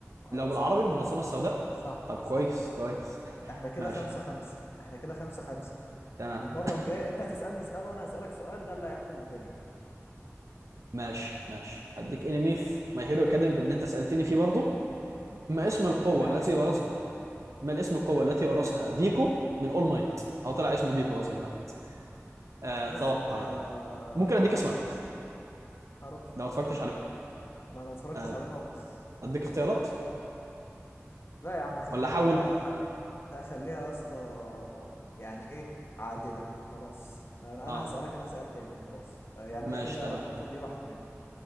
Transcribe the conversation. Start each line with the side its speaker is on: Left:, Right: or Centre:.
Left: آه
Right: لو بالعربي
Left: صح
Right: المنظمة
Left: صح
Right: السوداء
Left: صح
Right: طب كويس
Left: صح
Right: كويس <laughs>
Left: احنا كده
Right: ماشي
Left: خمسة خمسة احنا كده خمسة خمسة
Right: تمام
Left: المرة الجاية انت هتسألني سؤال وانا هسألك سؤال ده اللي هيحكم الدنيا
Right: ماشي ماشي هديك انمي في ماي هيرو اكاديمي بان انت سألتني فيه برضو ما اسم
Left: ما
Right: القوة
Left: اعرفش فيه حاجه
Right: التي ورثها ما الاسم القوة التي ورثها ديكو من اول مايت او طلع اسمه ديكو هو زي ما انا قلت آه،
Left: بص
Right: اتوقع
Left: ما
Right: يلا ممكن
Left: ما
Right: اديك
Left: اعرفش
Right: اسماء لو
Left: يس ما اعرفش
Right: ما اتفرجتش عليه
Left: ما انا اتفرجتش
Right: آه،
Left: عليه خالص
Right: اديك اختيارات
Left: لا يا عم خليها
Right: ولا احول
Left: بقى لا خليها يا اسطى يعني ايه عادله خلاص انا
Right: اه
Left: أنا هسالك انا سؤال تاني وخلاص آه، يعني
Right: ماشي
Left: انا كده
Right: تمام
Left: النقطه دي راحت مني